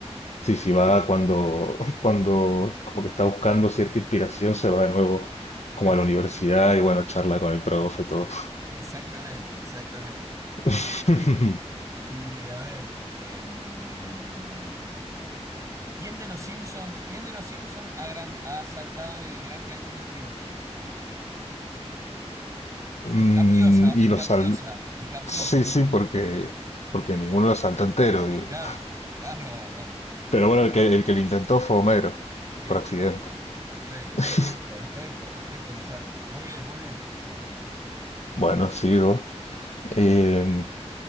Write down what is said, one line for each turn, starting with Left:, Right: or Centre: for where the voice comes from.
Left: sí, sí va cuando, <laughs> cuando como que está buscando cierta inspiración, se va de nuevo
Right: <laughs>
Left: como a la universidad y bueno, charla con el profe, todo.
Right: Exactamente, exactamente.
Left: <laughs>
Right: Bien. Y a ver, em, ¿quién de los Simpsons, quién de los Simpsons ha, gran- ha saltado en el Gran Cañón de Springfield?
Left: Mm,
Right: Es capciosa, es
Left: y los
Right: capciosa,
Left: sal...
Right: es capciosa.
Left: Sí, sí, porque, porque ninguno lo salta entero, digo.
Right: Claro, claro.
Left: Pero bueno, el que, el que lo intentó fue Homero,
Right: <laughs> Bien,
Left: por accidente.
Right: perfecto.
Left: <laughs>
Right: Perfecto, perfecto, Lisandro. Muy bien, muy bien.
Left: Bueno, sigo. Eh,